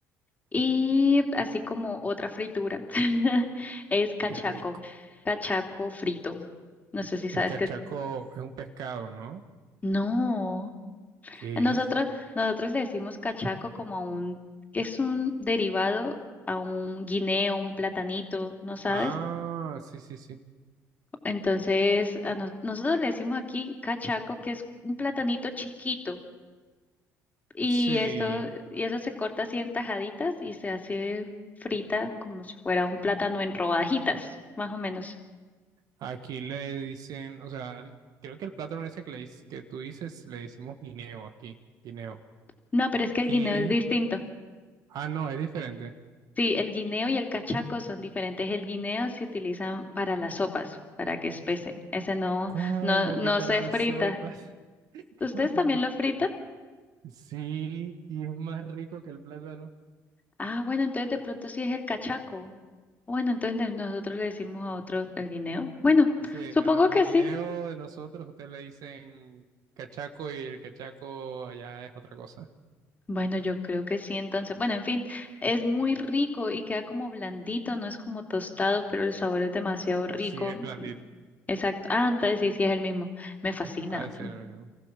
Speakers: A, on the left; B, on the right.
A: Y así como otra fritura <laughs> es cachaco,
B: qué rico.
A: cachaco frito. No sé si
B: El
A: sabes
B: cachaco
A: qué es.
B: es un pescado, ¿no?
A: No.
B: ¿Qué
A: Nosotros,
B: es?
A: nosotros le decimos cachaco como a un, que es un derivado a un guineo, un platanito, ¿no sabes?
B: Ah, sí, sí, sí.
A: Entonces, a nos- nosotros le decimos aquí cachaco, que es un platanito chiquito. Y
B: Sí,
A: esto, y eso se corta así en tajaditas y se hace frita como si fuera un plátano en rodajitas, más o menos.
B: aquí le dicen, o sea, el- creo que el plátano ese que, le, dic- que tú dices le decimos guineo aquí, guineo.
A: No, pero es que el
B: Y,
A: guineo es distinto.
B: ah, no, es diferente.
A: Sí, el guineo y el cachaco son diferentes. El guineo se utilizan para las sopas, para que espese. Ese no,
B: ¿Cómo
A: no, no
B: que para
A: se
B: las
A: frita.
B: sopas? <laughs>
A: ¿Ustedes
B: ¿Cómo?
A: también lo fritan?
B: Sí, y es más rico que el plátano.
A: Ah, bueno, entonces de pronto sí es el cachaco. Bueno, entonces de- nosotros le decimos a otro el guineo. Bueno,
B: Ese,
A: supongo
B: a no- al
A: que sí.
B: guineo de nosotros ustedes le dicen cachaco y el cachaco allá es otra cosa.
A: Bueno, yo creo que sí, entonces. Bueno, en fin, es muy rico y queda como blandito, no es como tostado, pero el sabor es demasiado rico.
B: Sí, es blandito,
A: Mm, Exacto. Ah, entonces sí, sí es el mismo. Me fascina.
B: ha de ser el mismo.